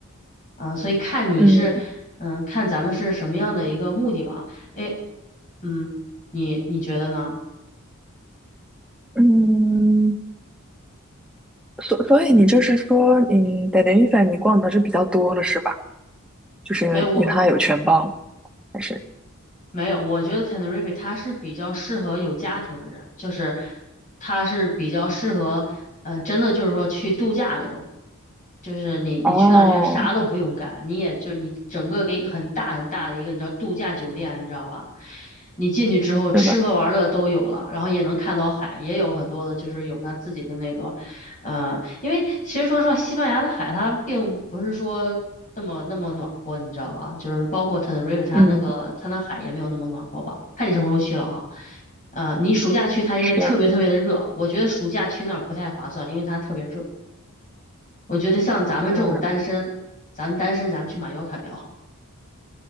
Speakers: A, on the left (about 35°); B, in the centre.
A: 嗯，所以看你是，
B: 嗯
A: 嗯，看咱们是什么样的一个目的吧。诶，嗯，你你觉得呢？
B: 嗯，所所以你就是说，嗯，在连 n 粉你逛的是比较多了，是吧？就是因为因为它有全包。
A: 没有我
B: 还是
A: 没有，我觉得 Tenerife 它是比较适合有家庭的人，就是它是比较适合，嗯、真的就是说去度假那种，就是你你去那儿就是啥都不用干，
B: 哦，
A: 你也就你整个给很大很大的一个你知道度假酒店，你知道吧？你进去之后吃喝玩乐都有了，
B: 是的，
A: 然后也能看到海，也有很多的就是有他自己的那个。呃因为其实说实话，西班牙的海它并不是说那么那么暖和，你知道吧？就是包括 t e n e r 它那个它那海也没有那么暖和吧？
B: 嗯，
A: 看你什么时候去了哈。嗯，你暑假去它应该特别特别的热，
B: 是，
A: 我觉得暑假去那儿不太划算，因为它特别热。我觉得像咱们这种单身，
B: 嗯，
A: 咱们单身咱们去马约卡比较好。